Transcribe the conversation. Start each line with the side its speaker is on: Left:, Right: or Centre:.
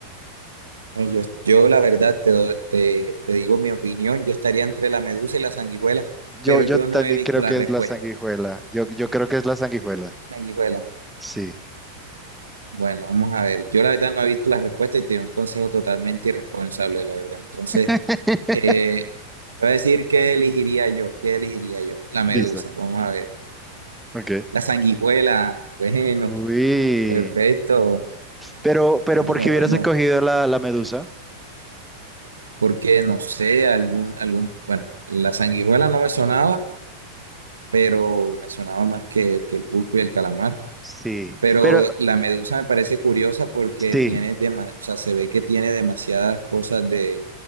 Right: Bueno, Yo, yo la verdad te, doy- te, te digo mi opinión, yo estaría entre la medusa y la sanguijuela,
Centre: Yo,
Right: pero
Centre: yo
Right: yo
Centre: también
Right: no he visto
Centre: creo
Right: la
Centre: que
Right: respuesta.
Centre: es la sanguijuela. Yo, yo creo que es la sanguijuela.
Right: Sanguijuela,
Centre: Sí.
Right: bueno, vamos a ver, yo la verdad no he visto la respuesta y te doy un consejo totalmente irresponsable, la verdad. Entonces,
Centre: <laughs>
Right: eh, te voy a decir qué elegiría yo, qué elegiría yo, la medusa,
Centre: Listo.
Right: vamos a ver.
Centre: Ok.
Right: La sanguijuela, bueno,
Centre: Uy.
Right: perfecto,
Centre: Pero, pero
Right: bueno,
Centre: ¿por qué hubieras
Right: bueno,
Centre: escogido la, la medusa?
Right: porque no sé, algún, algún, bueno, la sanguijuela no me sonaba pero me sonaba más que, que el pulpo y el calamar.
Centre: Sí.
Right: Pero
Centre: Pero,
Right: la medusa me parece curiosa porque
Centre: sí,
Right: tiene dema- o sea, se ve que tiene demasiadas cosas de,